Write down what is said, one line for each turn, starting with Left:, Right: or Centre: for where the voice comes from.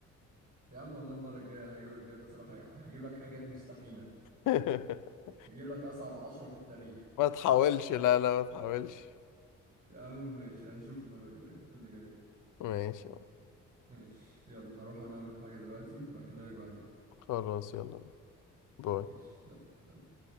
Right: يا عم والله المرة الجاية هجيب لك بجد أسئلة حاجة هجيب لك حاجات مستحيلة
Left: <laughs>
Right: هجيب لك أصعب عشرة في التاريخ
Left: ما تحاولش لا لا ما تحاولش
Right: يا عم ماشي هنشوف المرة الجاية اللي جاية
Left: ماشي
Right: ماشي يلا هروح أنا أعمل حاجة دلوقتي هبقى أكلمك بعدين
Left: خلاص يلا باي
Right: ماشي يلا سلام